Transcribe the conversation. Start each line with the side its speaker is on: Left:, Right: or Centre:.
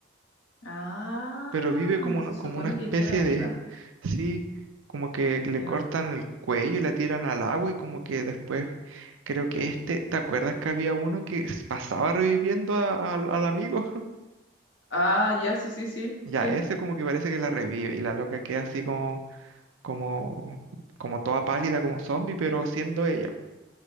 Left: Ah,
Right: pero vive como, una-
Left: se supone
Right: como una especie
Left: que queda viva.
Right: de, sí, como que le
Left: Ya.
Right: cortan el cuello y la tiran al agua y como que después, creo que este, ¿te acuerdas que había uno que s- pasaba reviviendo a- al al amigo? <laughs>
Left: Ah, ya, sí, sí, sí,
Right: Ya,
Left: sí,
Right: ese como que parece que la revive y la loca queda así como como, como toda pálida, como zombie, pero siendo ella.